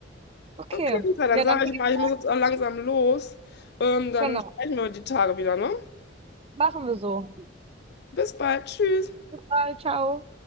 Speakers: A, on the right (about 30°); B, on the left (about 60°).
A: Okay.
B: Okay, Lisa, dann
A: Ja,
B: sage
A: dann würde
B: ich mal,
A: ich,
B: ich muss jetzt auch langsam los. Ähm, dann
A: genau,
B: sprechen wir die Tage wieder, ne?
A: machen wir so.
B: Bis bald. Tschüss.
A: Bye, ciao.